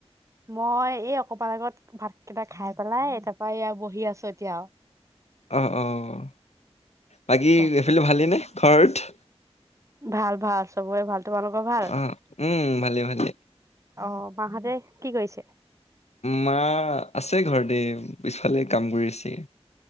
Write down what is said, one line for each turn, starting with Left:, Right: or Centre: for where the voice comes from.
Right: মই এই অকমান আগত ভাত কেইটা খাই পেলাই তাপা এয়া বহি আছো এতিয়া।
Left: অহ-অহ। বাকী
Right: তাকে
Left: এইফালে ভালেইনে। ঘৰত।
Right: ভাল- ভাল। চবৰে ভাল, তোমালোকৰ ভাল।
Left: অ' উম ভালে ভালে।
Right: অ' মাহঁতে কি কৰিছে
Left: মা আছে ঘৰতে, পিছফালে কাম কৰি আছে।